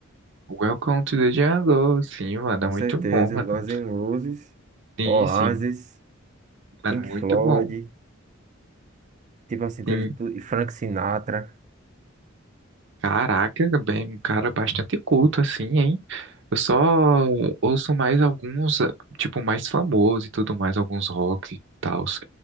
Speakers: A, on the right; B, on the right.
A: Welcome to the jungle. Sim, mano,
B: com
A: é muito
B: certeza,
A: bom, mano.
B: um Guns N' Roses,
A: Sim,
B: Oasis,
A: sim. Mano,
B: Pink
A: muito
B: Floyd,
A: bom.
B: tipo assim, tu-
A: Sim.
B: tu- e Frank Sinatra,
A: Caraca, bem, um cara bastante culto, assim, hein? Eu só ouço mais alguns, eh, tipo, mais famosos e tudo mais, alguns rock e tals.